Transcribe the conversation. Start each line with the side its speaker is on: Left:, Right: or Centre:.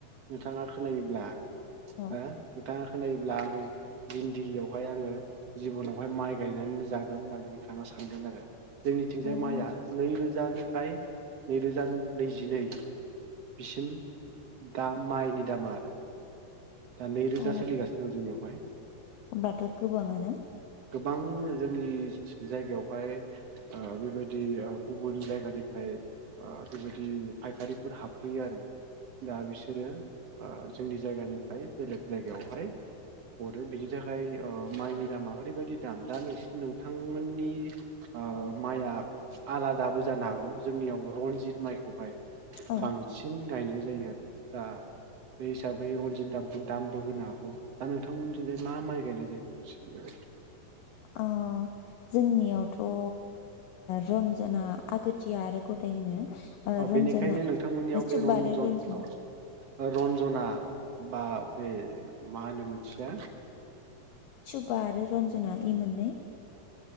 Right: नोंथाङा खोनायोब्ला
Left: अ
Right: हो नोंथाङा खोनायोब्ला आं जिन्दगियावहाय आङो जिबनावहाय माइ गायनानै जागोन होननानै नोंथाङा सानगोन आरो जोंनिथिंजाय
Left: अ
Right: माइया नैरोजानिफ्राय नैरोजा नैजिनै बिसिम दा माइनि दामा आरो दा नैरोजा
Left: अ
Right: सोलिगासिनो दं जोंनियावहाय।
Left: होमबाथ' गोबाङानो
Right: गोबां जोंनि जायगायावहाय ओ बेबायदि ओ गुबुन जायगानिफ्राय आ बेबायदि फायखारिफोर हाबफैयो आरो दा बिसोरो आ जोंनि जायगानि बेलेग जायगायावहाय हरो बिनि थाखाय माइनि दामा ओरैबायदि दाम दा नोंसि नोंथांमोननि ओ माइया आलादाबो जानो हागौ जोंनियाव रनजित माइखौहाय
Left: औ
Right: बांसिन गायनाय <unintelligible> दा बे हिसाबै रनजित दामखौ दामबो होनो हागौ दा नोंथांमोनथिं जाय मा माइ गायनाय जायो बेबायदि?
Left: अ जोंनियाव थ' ओ रन्जना, आगोरथिया आरो गदाय होनो ओ
Right: औ
Left: रन्जना
Right: बेनिखायनो नोंथांमोननियाव
Left: सुबबा
Right: बे रन्जन
Left: आरो रन्जना
Right: औ रन्जना बा बे मा होनो मिथिया
Left: सुबबा आरो रन्जना इ मोननै